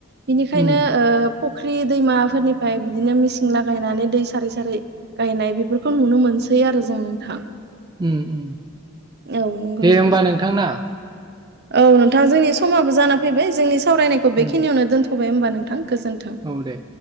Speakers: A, on the right (about 50°); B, on the right (about 20°).
A: बिनिखायनो
B: उम
A: ओ फुख्रि दैमाफोरनिफ्राय बिदिनो मिसिं लागायनानै दै सारै सारै गायनाय बेफोरखौ नुनो मोनसै आरो जों नोंथां।
B: उम उम
A: औ नंगौ
B: दे
A: नोंथां
B: होमबा नोंथांना।
A: औ नोंथां जोंनि समाबो जाना फैबाय जोंनि सावरायनायखौ
B: उम
A: बेखिनियावनो दोनथ'बाय होमबा नोंथां। गोजोन्थों।
B: औ दे